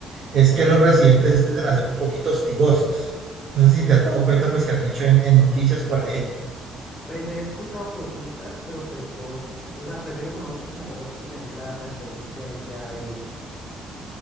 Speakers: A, on the right (about 55°); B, on the left (about 25°).
A: es que los residentes tienden a ser un poquito hostigosos. No sé si te has dado cuenta pues que han dicho en, en noticias por ahí.
B: Pues he escuchado cositas, pero pues vos, o sea, prefiero mejor como vos que tener la, la experiencia ahí ya herido.